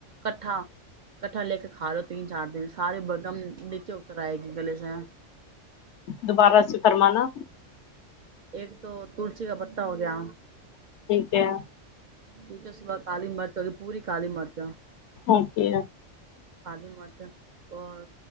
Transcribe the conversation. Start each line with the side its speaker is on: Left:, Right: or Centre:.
Right: کٹھا کٹھا لے کے کھا لو تین چار دن سارے برگم نیچے اتر آئے گی گلے سے
Left: دوبارہ سے فرمان نا
Right: ایک تو تلسی کا پتہ ہو گیا
Left: ٹھیک ہے
Right: ٹھیک ہے صبح کالی مرچ ہوگئی پوری کالی مرچ آ
Left: اوکے
Right: کالی مرچ اور